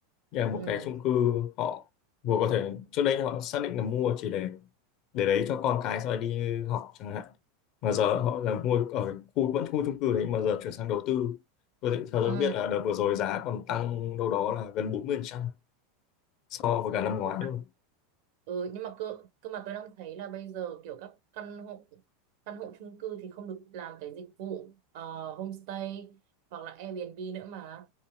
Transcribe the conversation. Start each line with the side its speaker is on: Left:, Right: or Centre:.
Left: như là một
Right: Ừ.
Left: cái chung cư họ vừa có thể trước đây họ xác định là mua chỉ để để đấy cho con cái sau này đi học chẳng hạn mà giờ họ là mua ở khu vẫn khu chung cư đấy mà giờ chuyển sang đầu tư tôi thì- theo tôi
Right: Ừ.
Left: biết là đợt vừa rồi giá còn tăng đâu đó là gần bốn mươi phần trăm so với cả năm ngoái
Right: Ừ.
Left: luôn
Right: Ừ, nhưng mà cơ cơ mà tôi đang thấy là bây giờ kiểu các căn hộ căn hộ chung cư thì không được làm cái dịch vụ ờ, homestay hoặc là Airbnb nữa mà